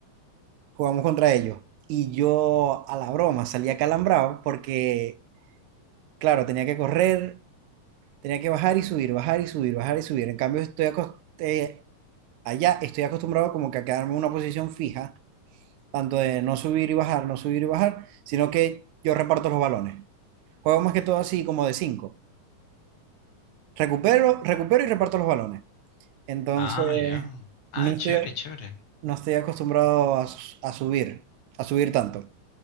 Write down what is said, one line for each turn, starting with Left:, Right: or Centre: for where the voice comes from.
Right: jugamos contra ellos. Y yo a la broma salía calambrado porque, claro, tenía que correr, tenía que bajar y subir, bajar y subir, bajar y subir. En cambio, estoy acos- eh, allá estoy acostumbrado como que a quedarme en una posición fija tanto de no subir y bajar, no subir y bajar, sino que yo reparto los balones. Juego más que todo así como de cinco. Recupero, recupero y reparto los balones. Entonces,
Left: Ah, ya. Ah,
Right: no estoy,
Left: chévere, chévere.
Right: no estoy acostumbrado a, su- a subir, a subir tanto.